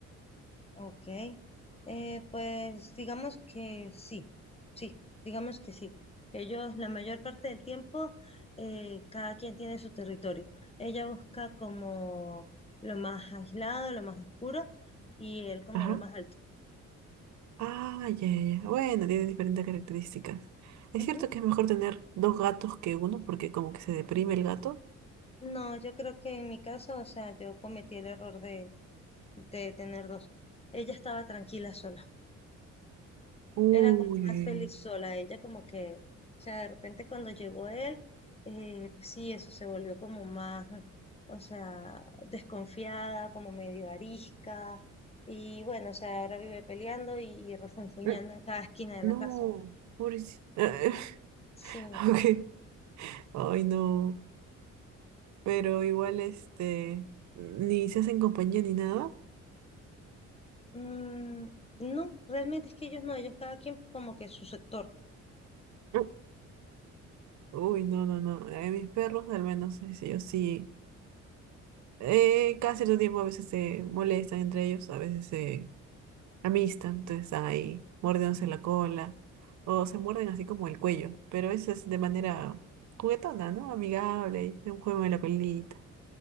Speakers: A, on the left; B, on the right.
A: Ok, eh, pues digamos que sí, sí, digamos que sí. Ellos la mayor parte del tiempo, eh, cada quien tiene su territorio. Ella busca como lo más aislado, lo más oscuro y él como
B: Ajá.
A: lo más alto.
B: Ah, ya, ya. ya. Bueno, tiene diferentes características. Es
A: Ujú.
B: cierto que es mejor tener dos gatos que uno, porque como que se deprime el gato.
A: No, yo creo que en mi caso, o sea, yo cometí el error de, de tener dos. Ella estaba tranquila sola.
B: Uy,
A: Era como
B: uy,
A: más
B: uy.
A: feliz sola. Ella como que, o sea, de repente cuando llegó él, eh, pues sí, eso se volvió como más, o sea, desconfiada, como medio arisca. Y bueno, o sea, ahora vive peleando y, y refunfuñando
B: Mm,
A: en cada esquina de
B: No,
A: la casa.
B: pobrecito. <laughs>
A: Sí.
B: Ok. Ay, no. Pero igual, este, ni se hacen compañía ni nada.
A: Mm, no, realmente es que ellos no, ellos cada quien como que su sector.
B: Mm. Uy, no, no, no. Eh, mis perros, al menos, ellos sí. Eh, cada cierto tiempo a veces se molestan entre ellos, a veces se amistad, entonces ahí mordiéndose la cola o se muerden así como el cuello, pero eso es de manera juguetona, ¿no? Amigable, y de un juego de la colita.